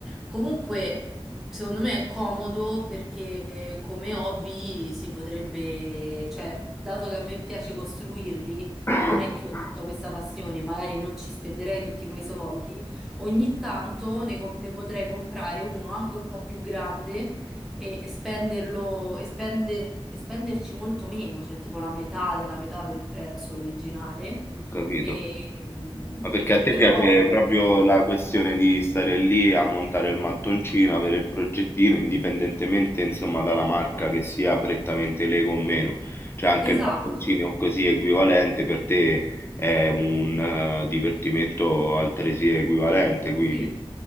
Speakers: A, in the centre; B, on the left.
A: Comunque, secondo me è comodo perché come hobby si potrebbe, cioè, dato che a me piace costruirli,
B: <coughs>
A: però non è che ho tutta questa passione, magari non ci spenderei tutti quei soldi, ogni tanto ne, com- ne potrei comprare uno anche un po' più grande e spenderlo, e spender- e spenderci molto meno, cioè tipo la metà della metà del prezzo originale.
B: ho capito.
A: E, mh,
B: Ma perché
A: e
B: a te
A: però,
B: piace proprio la questione di stare lì a montare il mattoncino, avere il progettino, indipendentemente insomma dalla marca che sia prettamente Lego o meno. Cioè anche
A: esatto,
B: il mattoncino o così equivalente per te è un eh, divertimento altresì equivalente, quindi.
A: sì,